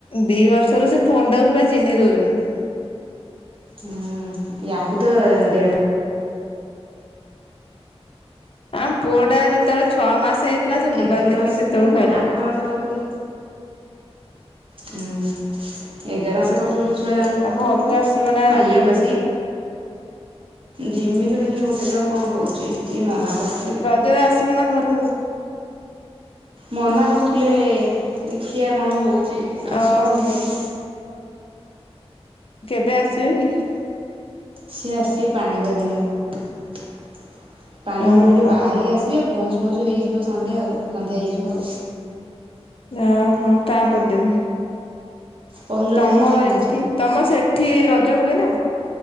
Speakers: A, on the left; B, on the right.
A: ଦି ବର୍ଷରୁ ସେ ଫୋନ୍ ଟାକୁ ପୁରା ଚିହ୍ନି ଦଉଚନ୍ତି।
B: ହୁଁ ୟାକୁ ତ ଦେଢ଼
A: ଆମ ପୁଅ ଟା ଯେତେବେଳେ ଛଅ ମାସ ହେଇଥିଲା ସେ ମୋବାଇଲ
B: ଏଗାର
A: ଦେଖିକି
B: ମାସ
A: ସେତେବେଳୁ
B: ନୁହ
A: ଖାଇଲାଣି।
B: ଆଠ ମାସ କତରୁ ହୁଁ ଏଗାର ମାସ <unintelligible>
A: ଆଉ ଘରକୁ ଆସିବ ନା ରଜରେ
B: ଆ ୟେ ପା ସେଇ। ଜିମି ତ ଦେଖିବା ଗୋଟେ ଜାହା କଣ ହଉଚି। ଇଏ ମନା କରୁଥିଲେ ଦେଖି
A: ତେରେ ଆସିବ ନା ଘରକୁ?
B: ମନା କରୁଥିଲେ ଦେଖିବା କଣ ହଉଚି
A: ଓହୋ
B: ଆସନ୍ତୁ ଏଇ ଆଜି।
A: ଯେବେ ଆସିବେ କ?
B: ସିଏ ଆସିବେ ପାଣି ବୁହା ଦିନ ପାଣି ବୁହା
A: ଓହୋ
B: ଦିନ ହେଠୁ ବାହାରିକି ଆସ୍ ବେ ପହଞ୍ଚୁ ପହଞ୍ଚୁ ହେଇଯିବ ସନ୍ଧ୍ୟା ଆଉ ସନ୍ଧ୍ୟା ହେଇଯିବ।
A: ଯା ହଉ ତା ପରଦିନ।
B: ପହିଲି ରଜ
A: ତମ
B: ଦିନ ଆସିକି ପହଞ୍ଚିବେ।
A: ଏଠି ତମ ସେଠି ରଜ ହୁଏ ନା?